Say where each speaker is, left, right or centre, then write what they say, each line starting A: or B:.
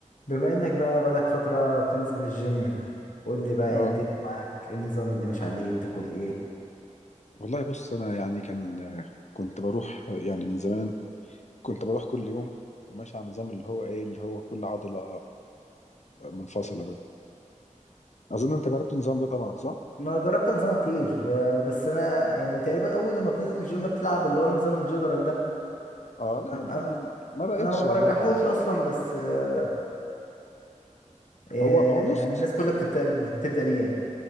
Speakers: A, on the left (about 75°); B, on the left (about 60°).
A: بما انك بقى بقالك فترة بتنزل الجيم قول لي بقى
B: اه
A: ايه الدنيا معاك إيه النظام اللي ماشي عليه بتاكل ايه
B: والله بص انا يعني كان كنت بروح يعني من زمان كنت بروح كل يوم وماشي على النظام اللي هو ايه اللي هو كل عضلة منفصلة ده اظن انت جربت النظام ده طبعا صح؟
A: انا جربت انظمة كتير آه، بس انا يعني تقريبا اول لما بتنزل الجيم بتلعب اللي هو النظام الجنرال ده
B: اه لا
A: انا
B: ده انا ما ما بقتش
A: أنا ما برجحوش
B: والله بقى
A: اصلا بس آه، آه،
B: هو هو بص
A: يعني الناس كلها بتبدأ بتبدأ بيه يعني